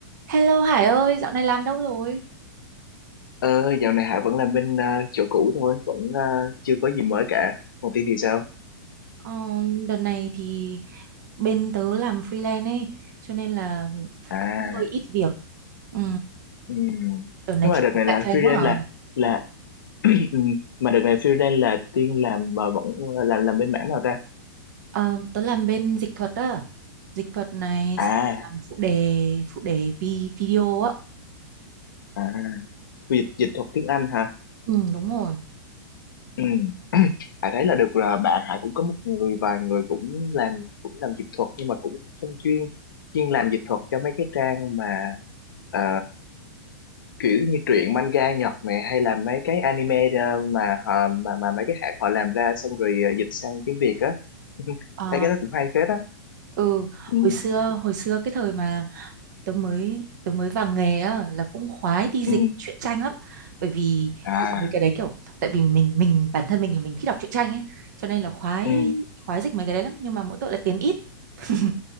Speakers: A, on the right; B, on the left.
A: Hello Hải ơi, dạo này làm đâu rồi?
B: Ờ, dạo này Hạ vẫn làm bên ờ, chỗ cũ thôi, vẫn ờ, chưa có gì mới cả. Còn Tiên thì sao?
A: Ờ, đợt này thì bên tớ làm freelance ấy, cho nên là
B: À,
A: cũng hơi ít việc. Ừ,
B: ừm.
A: đợt này
B: Nhưng
A: thì
B: mà đợt này
A: cạnh
B: là
A: tranh
B: freelance
A: quá à.
B: là là <clears throat> ừm, mà đợt này freelance là Tiên làm mà vẫn ờ, làm làm bên mảng nào ta?
A: Ờ, tớ làm bên dịch thuật á, dịch thuật này
B: À,
A: xong rồi làm phụ đề, phụ đề vi video á.
B: à dịch dịch thuật tiếng Anh hả?
A: Ừ, đúng rồi.
B: Ừ. <clears throat> Hạ thấy là được là bạn Hạ cũng có một người vài người cũng làm cũng làm dịch thuật nhưng mà cũng không chuyên chuyên làm dịch thuật cho mấy cái trang mà ờ, kiểu như truyện manga Nhật này hay là mấy cái anime ờ, mà họ mà mà mấy cái hãng họ làm ra xong rồi ờ, dịch sang tiếng Việt á <laughs>
A: Ờ,
B: thấy cái đó cũng hay phết á
A: ừ,
B: ừ
A: hồi xưa, hồi xưa cái thời mà tớ mới tớ mới vào nghề á là cũng khoái đi
B: ừ
A: dịch truyện tranh lắm bởi vì
B: à
A: dịch mấy cái đấy kiểu tại vì mình mình bản thân mình là mình thích đọc truyện tranh ấy cho nên là khoái
B: ừ
A: khoái dịch mấy cái đấy lắm nhưng mà mỗi tội là tiền ít <laughs>